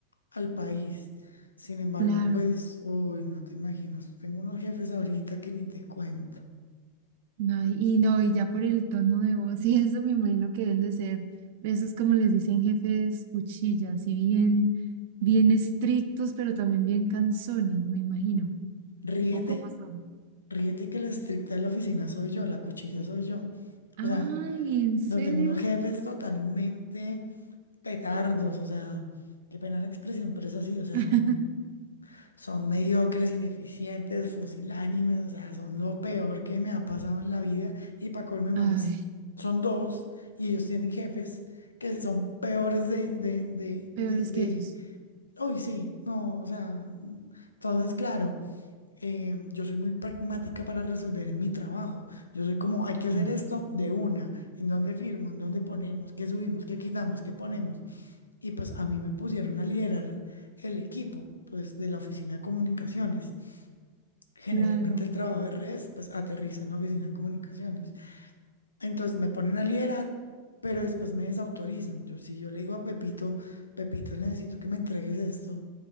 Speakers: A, on the left; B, on the right.
A: al país. Sin embargo,
B: claro.
A: pues, uy, no te imaginas, tengo unos jefes ahorita que ni te cuento.
B: No, y no, y ya por el tono de voz y eso me imagino que deben de ser, esos como les dicen jefes cuchillas, y bien, bien estrictos, pero también bien cansones me imagino.
A: Ríete,
B: ¿O cómo son?
A: ríete que la estricta de la oficina soy yo, la cuchilla soy yo.
B: Ay,
A: O sea,
B: ¿en serio?
A: no tengo unos jefes totalmente petardos, o sea, qué pena la expresión, pero es así, o sea,
B: <laughs>
A: son, son mediocres, ineficientes, fusilánimes, o sea, son lo peor que me ha pasado en la vida y para colme males
B: Ay,
A: son dos y ellos tienen jefes que son peores de, de, de,
B: peores
A: de, de-
B: que ellos.
A: uy, sí, no, o sea, entonces, claro. eh, yo soy muy pragmática para resolver en mi trabajo. Yo soy como, hay que hacer
B: Mm.
A: esto de una, en dónde firmo, en dónde ponemos, qué subimos, qué quitamos, qué ponemos. Y pues a mí me pusieron a liderar el equipo, pues de la oficina de comunicaciones. Generalmente
B: Claro.
A: el trabajo de redes, pues aterriza en la oficina de comunicaciones. Entonces me ponen a liderar, pero después me desautorizan. Yo, si yo le digo a Pepito, Pepito, necesito que me entregues esto,